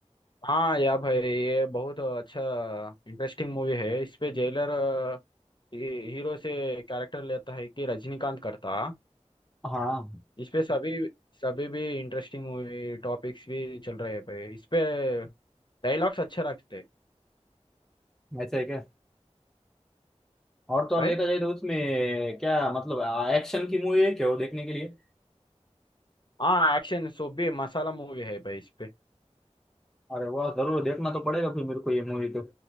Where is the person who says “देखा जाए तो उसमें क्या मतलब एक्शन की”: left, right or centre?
Centre